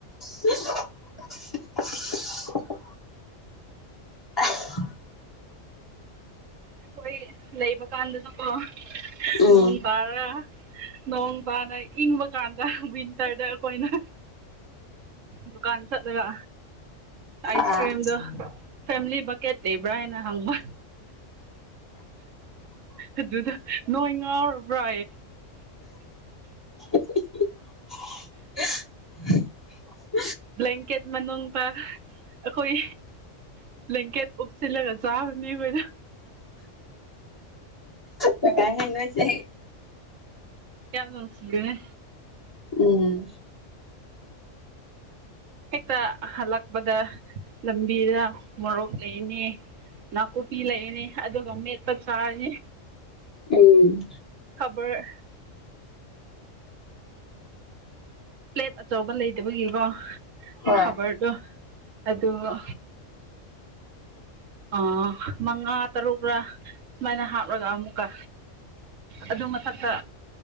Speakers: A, on the left; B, on the right.
A: <inaudible> <unintelligible>
B: ꯑꯩꯈꯣꯏ ꯂꯩꯕ ꯀꯥꯟꯗꯁꯨꯀꯣ
A: ꯎꯝ
B: ꯅꯣꯡ ꯄꯥꯔꯒ ꯅꯣꯡ ꯅ ꯏꯪꯕ ꯀꯥꯟ ꯋꯤꯟꯇꯔꯗ ꯑꯩꯈꯣꯏꯅ ꯗꯨꯀꯥꯟ ꯆꯠꯂꯒ ꯑꯥꯏꯁ
A: ꯑꯥ
B: ꯀ꯭ꯔꯤꯝꯗꯣ ꯐꯦꯃꯤꯂꯤ ꯕꯛꯀꯦꯠ ꯂꯩꯕ꯭ꯔꯥ ꯍꯥꯏꯅ ꯍꯪꯕ ꯑꯗꯨꯗ ꯅꯣꯏ ꯉꯥꯎꯔꯕ꯭ꯔꯥ
A: <unintelligible>
B: ꯕ꯭ꯂꯦꯡꯀꯦꯠ ꯃꯅꯨꯡꯗ ꯑꯩꯈꯣꯏ ꯕ꯭ꯂꯦꯡꯀꯦꯠ ꯄꯨꯞꯁꯤꯜꯂꯒ ꯆꯥꯅꯤꯗ
A: ꯀ ꯀ ꯍꯦꯅꯁ
B: ꯌꯥꯔ ꯅꯁꯤꯗꯅꯦ
A: ꯎꯝ
B: ꯍꯦꯛꯇ ꯍꯜꯂꯛꯄꯗ ꯂꯝꯕꯤꯗ ꯃꯣꯔꯣꯛ ꯂꯩꯅꯤ ꯅꯥꯀꯨꯞꯄꯤ ꯂꯩꯔꯅꯤ ꯑꯗꯨꯒ ꯃꯦꯠꯄ ꯆꯥꯔꯅꯤ
A: ꯎꯝ
B: <unintelligible> ꯄ꯭ꯂꯦꯠ ꯑꯆꯧꯕ ꯂꯩꯇꯕꯒꯤꯀꯣ
A: ꯍꯣꯏ
B: ꯈꯕꯔꯗꯣ ꯑꯗꯨꯗ ꯑꯣ ꯃꯉꯥ ꯇꯔꯨꯛ ꯁꯨꯃꯥꯏꯅ ꯍꯥꯞꯂꯒ ꯑꯃꯨꯛꯀ ꯑꯗꯨ ꯃꯊꯛꯇ